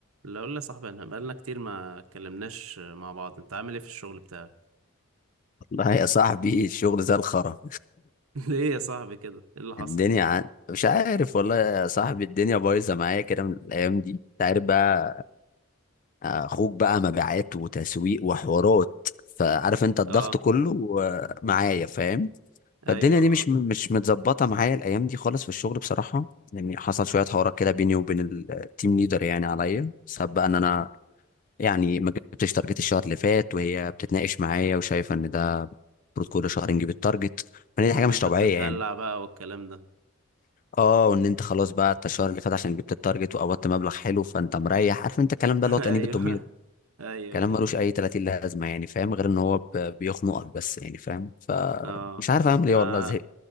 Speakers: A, on the right; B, on the left.
A: اللي اقول لي صاحبي انا بقالنا كتير ما اتكلمناش مع بعض انت عامل ايه في الشغل بتاعك
B: لا يا صاحبي الشغل زي الخرا
A: <laughs> ليه يا صاحبي كده ايه اللي حصل
B: <laughs> الدنيا عن... مش عارف والله يا صاحبي الدنيا بايظه معايا كده من الايام دي انت عارف بقى اخوك بقى مبيعات وتسويق وحوارات فعارف انت الضغط
A: اه
B: كله آه، معايا فاهم
A: ايوه
B: فالدنيا دي
A: اه
B: مش مش متظبطه معايا الايام دي خالص في الشغل بصراحه يعني حصل شويه حوارات كده بيني وبين التيم ليدر يعني عليا سبب بقى ان انا يعني ما جبتش تارجت الشهر اللي فات وهي بتتناقش معايا وشايفه ان ده المفروض كل شهر نجيب التارجت فدي
A: وان
B: حاجه مش
A: انت
B: طبيعيه
A: بتتدلع
B: يعني
A: بقى والكلام ده
B: اه وان انت خلاص بقى انت الشهر اللي فات عشان جبت التارجت وقبضت مبلغ حلو فانت مريح عارف انت الكلام
A: <laughs>
B: ده اللي هو
A: ايوه
B: تأنيب الضمير
A: ايوه
B: كلام
A: ايوه
B: ملوش اي 30 لازمه يعني فاهم غير ان هو ب- بيخنقك بس يعني فاهم فمش
A: اه
B: عارف اعمل
A: ما
B: ايه والله زهقت